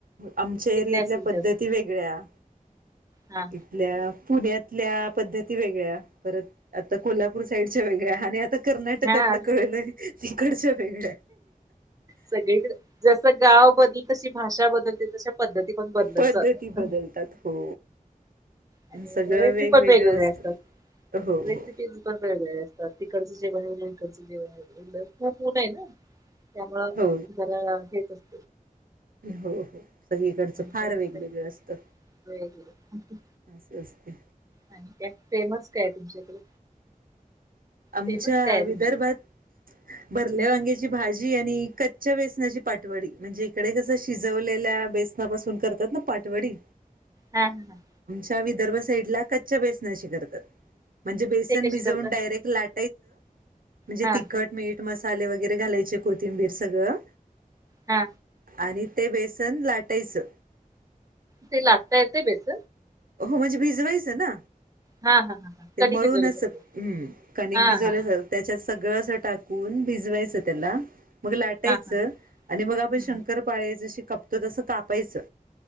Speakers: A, on the right (about 75°); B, on the right (about 25°).
A: आमच्या
B: तिकडे
A: एरियातल्या
B: असेल
A: पद्धती
B: जास्त.
A: वेगळ्या
B: हा
A: इथल्या पुण्यातल्या पद्धती वेगळ्या परत आता कोल्हापूर साईडच्या वेगळ्या आणि आता कर्नाटकातलं
B: हा हा.
A: कळलंय तिकडच्या वेगळ्या
B: सगळीकडे जस गाव बदल तशी भाषा बदलते तशा पद्धती पण बदलत
A: पद्धती
B: जातात
A: बदलतात हो
B: आणि
A: सगळं
B: रेसीपी
A: वेगवेगळं
B: पण वेगवेगळे
A: असतं
B: असतात
A: हो हो
B: रेसिपी पण वेगवेगळे असतात तर तिकडचं जे बनवलं तिकडचं जे बनवं खूप उन आहे ना त्यामुळं
A: हो
B: जरा हेच असतं
A: हो हो सगळीकडचं
B: आणि
A: फार
B: त्यानंतर
A: वेगवेगळं असत
B: वेगवेगळं
A: स्ते
B: आणि काय फेमस कायय तुमच्याकडे
A: आमच्या
B: फेमस काय आहे
A: विदर्भात
B: तुमच्या
A: भरल्या
B: हम्म
A: वांग्याची भाजी आणि क् च्या बेसनाची पाठवडी म्हणजे इकडे कस शिजवलेल्या बेसनापासून करतात ना पाटवडी
B: हम् हम्
A: र्ड क म्हण ब भिाे
B: ते कशी करता
A: ाय म्हणजे
B: हा
A: तिखट मीठ मसाले वगैरे घालायचे कोथिंबीर सगळं
B: हा
A: आणि ते बेसन लाटायचं
B: ते लागता येते बेस
A: हो म्हणजे भिजवायचं ना
B: हा हा हा हा
A: ते
B: कणिक
A: मळूनच
B: भिजवल्यासारखं
A: हम् कणिक
B: हा
A: भिजवले
B: हा हा
A: त्याच्याच सगळं असं टाकून भिजवायचं त्याला मग लाटायचं
B: हा हा
A: आणि मग आपण
B: हम्म
A: शंकर पाळे जशी कापतो तसं कापायचं